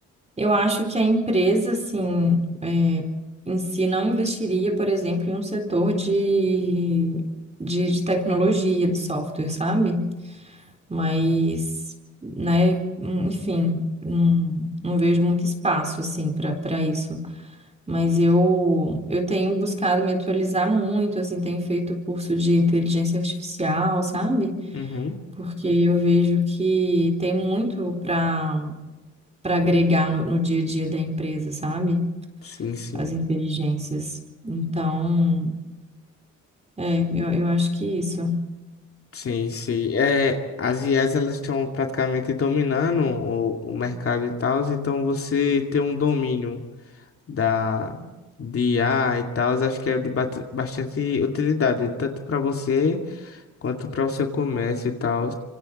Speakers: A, on the right (about 20°); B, on the left (about 50°).
A: Eu acho que a empresa, assim, é, em si não investiria, por exemplo, em um setor de, de, de tecnologia, de software, sabe? mas, né, enfim, não, não vejo muito espaço assim para para isso. Mas eu eu tenho buscado me atualizar muito, assim, tenho feito curso de inteligência artificial, sabe?
B: Uhum.
A: Porque eu vejo que tem muito para para agregar no, no dia a dia da empresa, sabe?
B: Sim, sim.
A: As inteligências. Então, é, eu, eu acho que isso.
B: Sim, sim. É, as IAs elas estão praticamente dominando o, o mercado e tal, então você ter um domínio da de I a e tal, acho que é de bat- bastante utilidade, tanto para você quanto para o seu comércio e tal.